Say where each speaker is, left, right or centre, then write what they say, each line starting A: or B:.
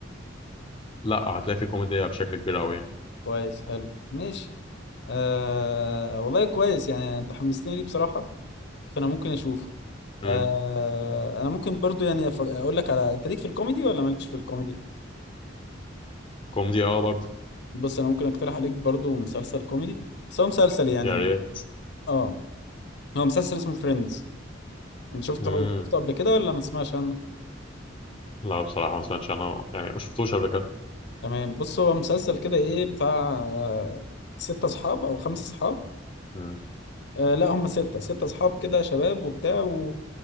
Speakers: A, on the left (about 25°); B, on the left (about 65°).
A: لا هتلاقي في كوميديا بشكل كبير قوي
B: كويس حلو ماشي آه والله كويس يعني انت حمستني ليه بصراحه فانا ممكن اشوفه
A: مم.
B: آه انا ممكن برضو يعني أف- اقول لك على انت ليك في الكوميدي ولا مالكش في الكوميدي
A: كوميدي اه برضو
B: بص انا ممكن اقترح عليك برضو مسلسل كوميدي بس هو مسلسل يعني
A: يا ريت
B: اه هو مسلسل اسمه فريندز انت شفته
A: مم.
B: شفته قبل كده ولا ما تسمعش عنه
A: لا بصراحة ما سمعتش عنه يعني ما شفتوش قبل كده
B: تمام بص هو مسلسل كده ايه بتاع آه، ستة اصحاب او خمسة اصحاب
A: مم.
B: آه لا هم ستة ستة اصحاب كده شباب وبتاع و...